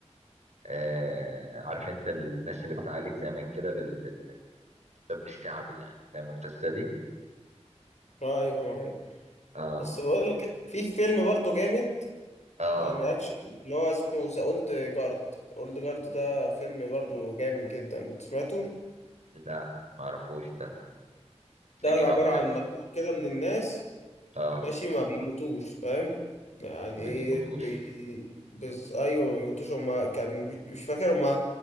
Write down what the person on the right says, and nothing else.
آه عارف انت الناس اللي بتعالج زمان كده بال- بالطب الشعبي يعني فاهم القصة دي؟
اه
اه
لا معرفوش ده
اني
نوع في الأكشن
اه
ما
بيموتوش